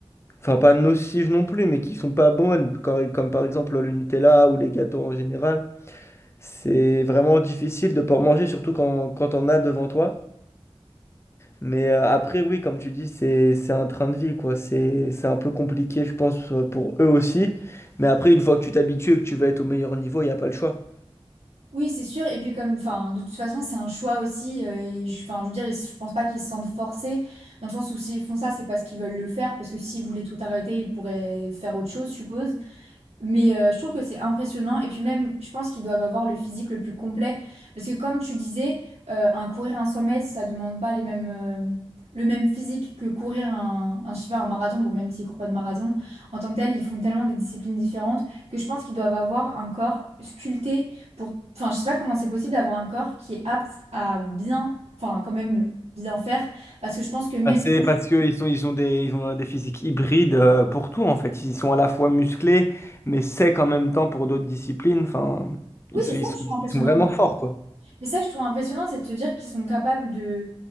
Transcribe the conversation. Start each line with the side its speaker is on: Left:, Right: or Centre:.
Left: enfin pas nocives non plus, mais qui sont pas bonnes, comme, comme par exemple le Nutella ou les gâteaux en général, c'est vraiment difficile de pas en manger, surtout quand, quand on a devant toi. Mais euh, après, oui, comme tu dis, c'est, c'est un train de vie, quoi. C'est, c'est un peu compliqué, je pense, pour eux aussi. Mais après, une fois que tu t'habitues et que tu vas être au meilleur niveau, il n'y a pas le choix.
Right: Oui, c'est sûr. Et puis comme, enfin, de toute façon, c'est un choix aussi. euh, et je, enfin, je veux dire, ils- je pense pas qu'ils se sentent forcés, dans le sens où s'ils font ça, c'est parce qu'ils veulent le faire, parce que s'ils voulaient tout arrêter, ils pourraient faire autre chose, je suppose. Mais euh, je trouve que c'est impressionnant. Et puis même, je pense qu'ils doivent avoir le physique le plus complet. Parce que comme tu disais, euh, un courir un 100 mètres, ça demande pas les mêmes, euh, le même physique que courir un, un, je sais pas, un marathon. Bon, même s'ils courent pas de marathon, en tant que tel, ils font tellement des disciplines différentes que je pense qu'ils doivent avoir un corps sculpté pour... Enfin, je sais pas comment c'est possible d'avoir un corps qui est apte à bien, enfin quand même bien faire. Parce que je pense que même...
Left: Bah, C'est
Right: si,
Left: parce que ils sont, ils ont des, ils ont des physiques hybrides euh, pour tout, en fait. Ils sont à la fois musclés, mais secs en même temps pour d'autres disciplines. Enfin, ils
Right: Oui,
Left: sont,
Right: c'est ça
Left: ils sont,
Right: que je trouve impressionnant.
Left: ils sont vraiment forts, quoi.
Right: Mais ça que je trouve impressionnant, c'est de se dire qu'ils sont capables de